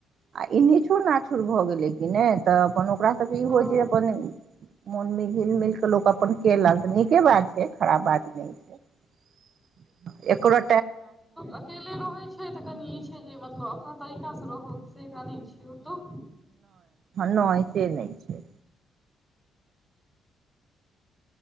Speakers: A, on the right (about 60°); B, in the centre.
A: आ ई निछुड़ नाछूड़ भऽ गेलै कि नहि तऽ अपन ओकरा सभके ई
B: हँ
A: होइ छै अपन मोनमे हिल मिल कऽ लोक अपन केलक नीके बात छै खराब बात नहि छै एकरा
B: अकेले रहै छै तऽ कनि ई छै जे मतलब अपना तरीकाँ रहल से एकरा नै छै ओतौ
A: नहि से नहि छै